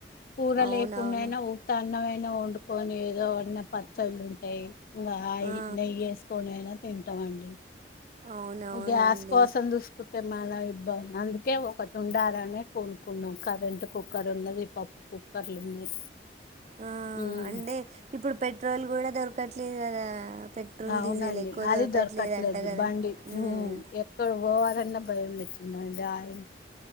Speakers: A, on the left (about 50°); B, on the right (about 35°).
A: కూర
B: అవునవును
A: లేకుండా అయినా ఉత్త అన్నం అయిన వండుకొని ఏదో ఉన్నా పచ్చళ్ళు ఉంటాయి ఇంకా ఆయిల్
B: ఆ
A: నెయ్యి వేసుకొనైనా తింటాం మండి
B: అవునవునండి
A: గ్యాస్ కోసం చూసు కుంటే మళ ఇబ్బంది అందుకే ఒకటి ఉండాలనే కోనుకున్నాం కరెంట్ కుక్కర్ ఉన్నది పప్పు కుక్కర్లు ఉన్నాయి
B: ఆ
A: ఉమ్,
B: అంటే ఇప్పుడు పెట్రోల్ కూడా దొరకట్లేదు కదా పెట్రోల్
A: అవునండి
B: డీజిల్ ఎక్కువ
A: అది దొరకట్లేదు
B: అంట కదా
A: బండి
B: ఉమ్
A: ఎక్కడ పోవాలన్నా భయమే <unintelligible>